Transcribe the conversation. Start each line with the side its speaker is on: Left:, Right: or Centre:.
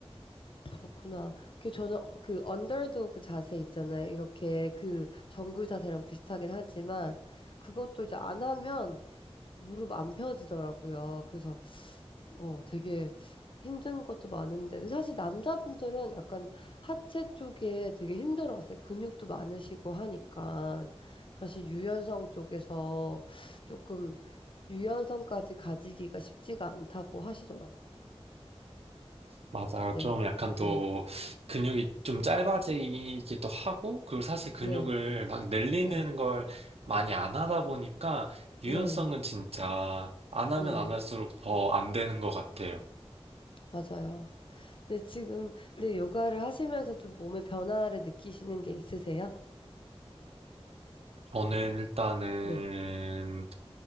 Left: 그렇구나. 그 저는 어, 그 언더도그 자세 있잖아요. 이렇게 그 정구 자세랑 비슷하긴 하지만 그것도 이제 안 하면 무릎 안 펴지더라고요. 그래서 어 되게 힘든 것도 많은데 사실 남자분들은 약간 하체 쪽에 되게 힘들어하세요. 근육도 많으시고 하니까 사실 유연성 쪽에서 조금 유연성까지 가지기가 쉽지가 않다고 하시더라고요.
Right: 맞아요.
Left: 네,
Right: 좀 약간 또
Left: 네,
Right: 근육이 좀 짧아지기도 하고, 그리고 사실 근육을
Left: 네,
Right: 막 늘리는
Left: 네,
Right: 걸 많이 안 하다 보니까
Left: 네,
Right: 유연성은 진짜 안 하면
Left: 네.
Right: 안 할수록 더 안 되는 것 같아요.
Left: 맞아요. 근데 지금, 근데 요가를 하시면서 좀 몸의 변화를 느끼시는 게 있으세요?
Right: 저는 일단은
Left: 네,